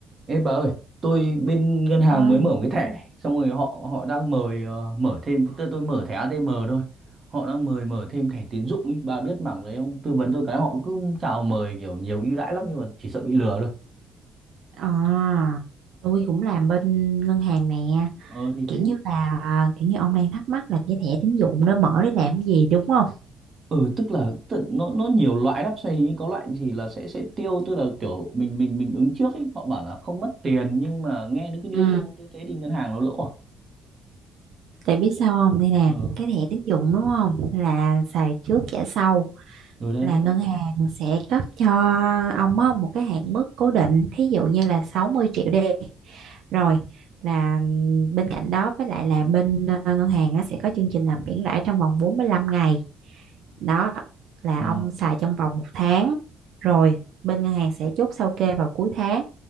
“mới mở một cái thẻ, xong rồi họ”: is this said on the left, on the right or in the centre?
Right